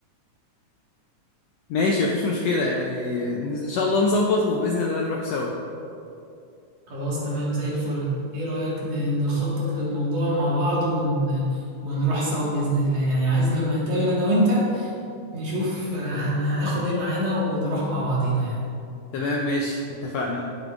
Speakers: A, on the left; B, on the right.
A: ماشي مفيش مشكلة يعني إن شاء الله نظبط وبإذن الله نروح سوا
B: خلاص تمام زي الفل ايه رأيك ن- نخطط للموضوع مع بعض ون... ونروح سوا بإذن الله يعني عايز لما نتقابل انا وانت نشوف آه، هن... هناخد ايه معانا ونروح مع بعضينا يعني
A: تمام ماشي اتفقنا